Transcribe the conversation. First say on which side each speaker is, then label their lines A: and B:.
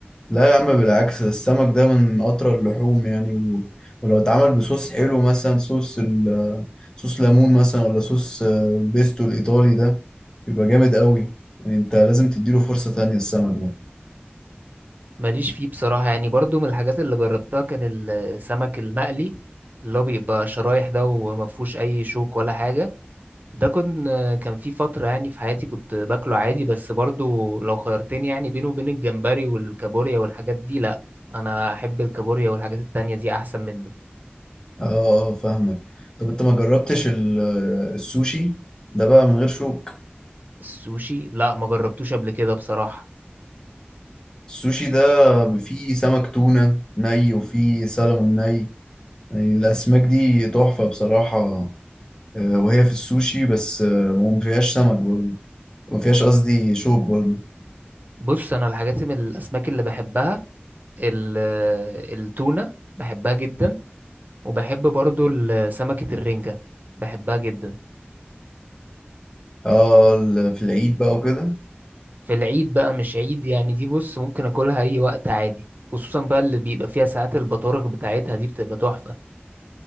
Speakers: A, on the left; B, on the right.
A: لا يا عم بالعكس السمك ده من أطرى اللحوم يعني و... ولو اتعمل بصوص حلو مثلا صوص ال... صوص ليمون مثلا ولا صوص آه، البيستو الإيطالي ده بيبقى جامد قوي يعني أنت لازم تديله فرصة تانية السمك ده
B: ماليش فيه بصراحة يعني برضو من الحاجات اللي جربتها كان السمك المقلي اللي هو بيبقى شرايح ده ومفهوش أي شوك ولا حاجة ده كنت كان في فترة يعني في حياتي كنت باكله عادي بس برضو لو خيرتني يعني بينه وبين الجمبري والكابوريا والحاجات دي لا انا احب الكابوريا والحاجات التانية دي احسن منه
A: اه اه آه، فاهمك طب أنت ما جربتش ال... آه، السوشي ده بقى من غير شوك
B: السوشي لا ما جربتوش قبل كده بصراحة
A: السوشي ده فيه سمك تونة ني وفيه سلمون ني يعني الأسماك دي تحفة بصراحة آه، وهي في السوشي بس آه، وما فيهاش سمك برضه ما فيهاش قصدي شوك برضو
B: بص انا الحاجات من الاسماك اللي بحبها ال- التونة بحبها جدا وبحب برضو ال- سمكة الرنجة بحبها جدا
A: اه ال- في العيد بقى وكده
B: في العيد بقى مش عيد يعني دي بص ممكن اكلها اي وقت عادي خصوصا بقى اللي بيبقى فيها ساعات البطارخ بتاعتها دي بتبقى تحفة